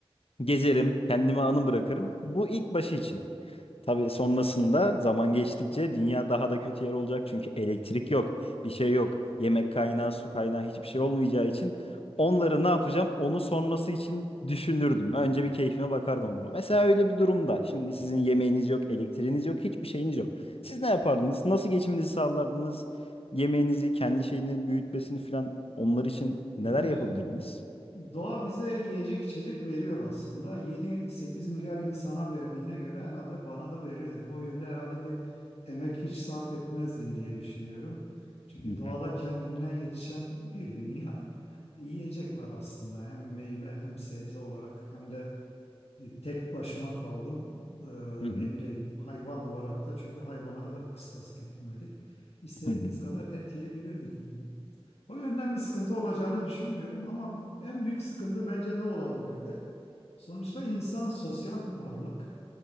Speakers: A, on the left (about 70°); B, on the left (about 85°).
A: Gezerim, kendime anı bırakırım. Bu ilk başı için. Tabii sonrasında zaman geçtikçe dünya daha da kötü yer olacak. Çünkü elektrik yok, bir şey yok. Yemek kaynağı, su kaynağı hiçbir şey olmayacağı için onları ne yapacağım onu sonrası için düşünürdüm. Önce bir keyfime bakardım ama. Mesela öyle bir durumda şimdi sizin yemeğiniz yok, elektriğiniz yok, hiçbir şeyiniz yok. Siz ne yapardınız? Nasıl geçiminizi sağlardınız? Yemeğinizi, kendi şeyini büyütmesini falan onlar için neler
B: Ya
A: yapabilirdiniz?
B: şimdi Doğa bize yiyecek içecek veriyor aslında. 7-8 milyar insana verdiğine göre herhalde bana da verirdi. O yönde herhalde bir emek hiç sarf etmezdim diye düşünüyorum. Çünkü
A: Hı hı,
B: doğada kendinden yetişen bir dünya yiyecek var aslında. Hem meyve hem sebze olarak hem de e, tek başıma kaldım. Ee,
A: hı hı,
B: ne bileyim hayvan olarak da çünkü hayvanlara da bir kıstas getirmedik. İstediğimiz
A: hı hı,
B: kadar et yiyebilirdik yani. O yönden bir sıkıntı olacağını düşünmüyorum ama en büyük sıkıntı bence ne olabilirdi? Sonuçta insan sosyal bir varlık.